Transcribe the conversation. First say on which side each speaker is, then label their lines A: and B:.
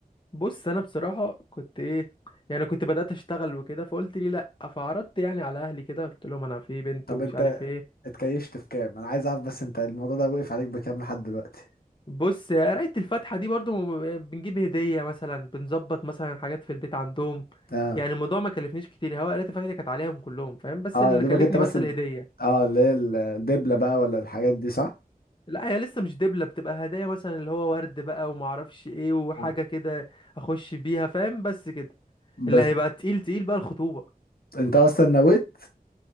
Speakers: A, on the left (about 30°); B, on the left (about 75°).
A: بص انا بصراحه كنت ايه يعني كنت بدات اشتغل وكده فقلت لي لا فعرضت يعني على اهلي كده قلت لهم انا في بنت
B: طب
A: ومش
B: انت
A: عارف ايه
B: اتكيشت في كام انا عايز اعرف بس انت الموضوع ده وقف عليك بكام لحد دلوقتي
A: بص قرايه الفاتحه دي برضو آه، بنجيب هديه مثلا بنظبط مثلا حاجات في البيت عندهم
B: اه
A: يعني الموضوع ما كلفنيش كتير هو قرايه الفاتحه دي كانت عليهم كلهم فاهم بس
B: اه
A: اللي
B: يا دوبك
A: كلفني
B: حاجات انت بس
A: بس
B: الد-
A: الهديه
B: اه اللي هي ال- الدبلة بقى ولا الحاجات دي صح
A: لا هي لسه مش دبلة بتبقى هدايا مثلا اللي هو ورد بقى وما اعرفش ايه وحاجة
B: أوه.
A: كده اخش بيها فاهم بس كده
B: بس
A: اللي هيبقى تقيل تقيل بقى الخطوبة
B: انت اصلا نويت